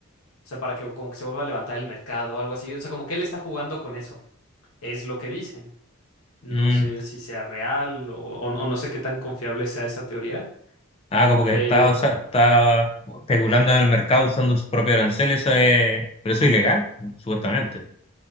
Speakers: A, on the left; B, on the left.
A: o sea, para que como que se vuelva a levantar el mercado o algo así, o sea, como que él está jugando con eso, es lo que dicen. No
B: mm,
A: sé si sea real o, o- o no sé qué tan confiable sea esa teoría,
B: Ah, como que
A: pero,
B: está, usa- está especulando en el mercado usando sus propios aranceles, eso es- pero eso es ilegal, supuestamente.